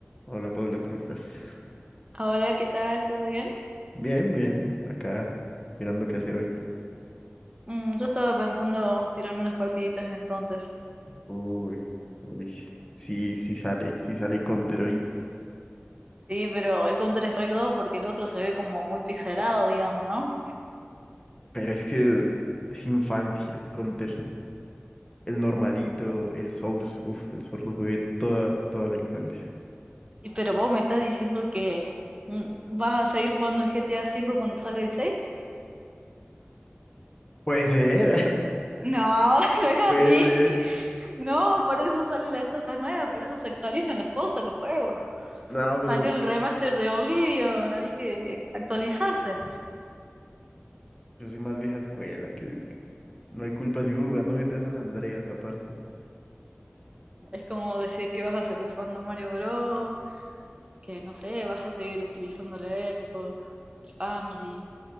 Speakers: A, on the left (about 20°); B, on the right (about 25°).
A: Hola Paula, ¿cómo estás?
B: Hola, ¿qué tal? ¿Todo bien?
A: Bien, bien, acá mirando qué hacer hoy.
B: Mm, yo estaba pensando tirarme unas partiditas en el Counter.
A: Uy, uy, sí, sí sale, sí sale Counter hoy,
B: Sí, pero el Counter Strike 2 porque el otro se ve como muy pixelado, digamos, ¿no?
A: pero es que es infancia el Counter, el normalito, el Source, uf, el Source lo jugué toda, toda la infancia.
B: Y pero vos me estás diciendo que mm, vas a seguir jugando el GTA V cuando salga el 6?
A: Puede ser,
B: No, <laughs> no es
A: <laughs> puede
B: así.
A: ser.
B: <laughs> No, por eso salen las cosas nuevas, por eso se actualizan las cosas, los juegos.
A: No,
B: Salió
A: pero
B: el remaster de Oblivion, hay que actualizarse.
A: yo soy más vieja escuela, que que no hay culpa si jugando G T a San Andreas aparte.
B: Es como decir que vas a seguir jugando Mario Bros. que no sé, vas a seguir utilizando la Xbox, el Family.